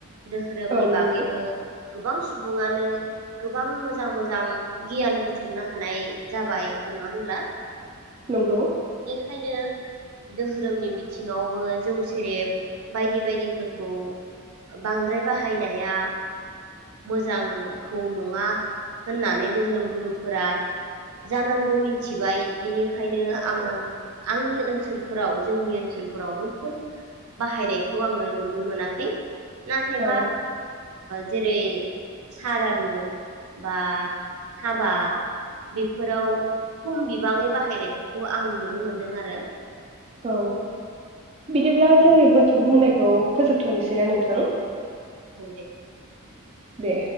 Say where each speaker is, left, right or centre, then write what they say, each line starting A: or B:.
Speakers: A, on the right; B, on the right.
A: दोहोरोमनि
B: औ नंगौ
A: बागैबो गोबां सुबुङानो गोबां मोजां मोजां गियान बुथुमनो हानाय जाबाय नङा होनब्ला
B: नंगौ।
A: ओंखायनो दोहोरोमनि बिथिङावबो जौ सेरेब बायदि बायदिफोरखौ बांद्राय बाहायनाया मोजांखौ नङा होननानै धोरोम गुरुफोरा जानांगौ मिथिबाय बिनि ओंखायनो
B: औ
A: आं आं आंनि ओनसोलफोराव जोंनि ओनसोलफोराव बैफोर बाहायनायखौ आङो नुनो मोनाखै। नाथायबा
B: औ
A: जेरै सारादु बा हाबा बेफोराव खम बिबाङै बाहायनायफोरखौ आं नुनो मोनदों आरो।
B: औ बिदिब्ला
A: औ
B: जोंनि बुंनाय खौ फोजोबथ'नोसैना नोंथां।
A: औ दे।
B: दे।